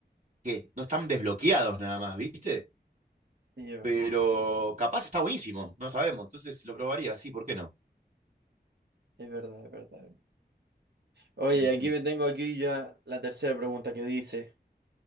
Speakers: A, on the right; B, on the right.
A: que no están desbloqueados nada más, ¿viste?
B: Sí, es verdad,
A: Pero capaz está buenísimo, no sabemos. Entonces lo probaría, sí, ¿por qué no?
B: es verdad, es verdad. Oye,
A: Ujú,
B: aquí me tengo aquí ya la tercera pregunta que dice,